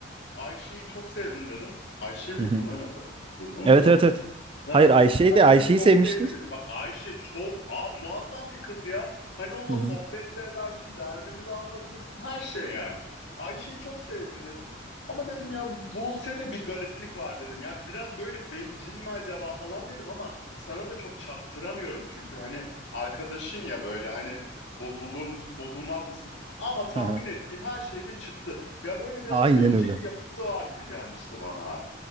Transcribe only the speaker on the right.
Hı hı.
Evet evet
evet.
Hayır Ayşe'yi
de Ayşe'yi
sevmiştin.
Hı
hı.
Hı hı.
Aynen
öyle.